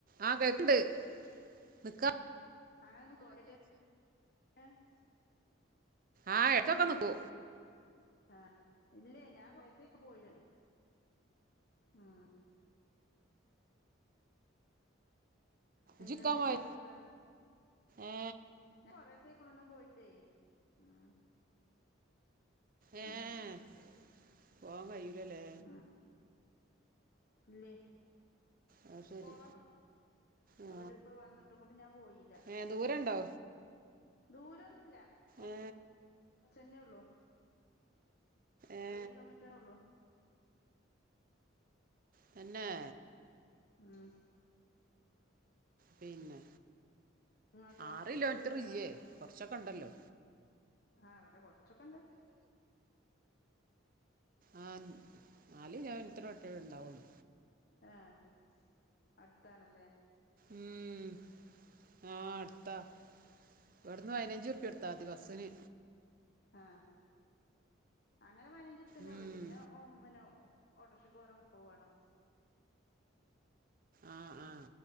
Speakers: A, on the right; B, on the left.
A: ആഹ് കേക്ണ്ട് ന്ന്ക്ക
B: അങ്ങനെ <unintelligible>
A: ആഹ് എട്കൊക്കെ ന്ന്ക്കൂ
B: ആഹ് ഇല്ലേ ഞാൻ <unintelligible> പോയിട്ട് ഉം പിന്നെ
A: ജിക്കാൻ
B: എന്തൊക്കെ
A: പോയ
B: വർത്താനം
A: ഏ
B: ഏഹ് കൊറേസായിക്ക്ണൊന്നും പോയിട്ടേ. ഉം
A: ഏഹ്
B: ഉം
A: പോവാ കയ്യൂലല്ലേ
B: ഉം ഇല്ലേ <unintelligible>
A: ആ ശരി ആ
B: ഇവല് ഇപ്പോവന്ന്ട്ടും കൂടി ഞാൻ പോയില്ലാ
A: ഏ ദൂരണ്ടോ
B: ദൂരൊന്നുല്ല കൊറ്ച്ചെന്നെയുള്ളു
A: ഏ
B: <unintelligible>
A: ഏ
B: കിലോമീറ്ററെ ഒള്ളു
A: തന്നേ
B: ഉം
A: പിന്നെ
B: നിങ്ങക്കോ
A: ആറ്
B: കൊറേ
A: കിലോമീറ്ററ്ല്ലേ
B: ദൂരണ്ടോ
A: കൊറ്ച്ചൊക്കണ്ടല്ലോ
B: ആഹ് അതെ കൊറ്ച്ചൊക്കണ്ട്
A: ആഹ് നാല് കിലോമീറ്ററൊട്ടെ ഇണ്ടാവോള്ളു
B: ആഹ് അട്ത്താണ്ല്ലേ
A: ഉം ആഹ് അട്ത്താ ഇവട്ന്ന് പയിനഞ്ചുറുപ്പ്യൊട്ത്താതി ബസിന്
B: ആഹ് അങ്ങനെ പയിനഞ്ചുറുപ്പ്യന്നൊള്ളൂ
A: ഉം.
B: പിന്നെ ഓ പിന്നെ ഒ ഓട്ടോറ്ക്ഷക്ക് പോരാൻ മുപ്പഹ് വാണം
A: ആ ആ